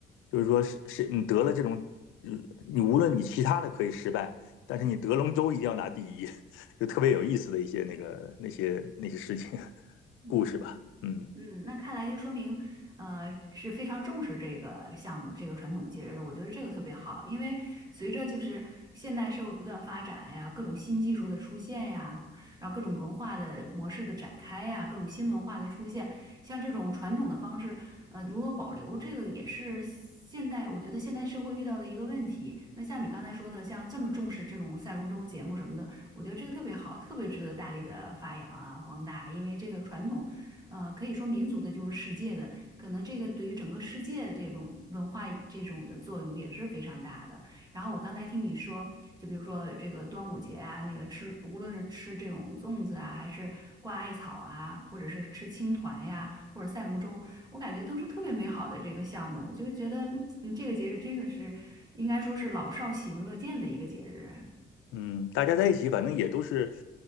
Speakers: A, on the left; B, on the right.
A: 就是说是是你得了这种，嗯你无论你其他的可以失败，但是你得龙舟一定要拿第一，<laughs> 就特别有意思的一些那个那些那些事情 <laughs>
B: 嗯，
A: 故事吧。嗯。
B: 嗯，那看来就说明，呃，是非常重视这个项目、这个传统节日的。我觉得这个特别好，因为随着就是现代社会不断发展呀，各种新技术的出现呀，然后各种文化的模式的展开呀，各种新文化的出现，像这种传统的方式，呃，如何保留，这个也是现代，我觉得现代社会遇到的一个问题。那像你刚才说的，像这么重视这种赛龙舟节目什么的，我觉得这个特别好，特别值得大力的发扬啊，光大，因为这个传统。呃，可以说民族的就是世界的，可能这个对于整个世界这种文化这种的作用也是非常大的。然后我刚才听你说，就比如说这个端午节啊，那个吃，无论是吃这种粽子啊，还是挂艾草啊，或者是吃青团呀、或者赛龙舟，我感觉都是特别美好的这个项目，就觉得嗯，这个节日真的是应该说是老少喜闻乐见的一个节日啊。
A: 嗯，大家在一起，反正也都是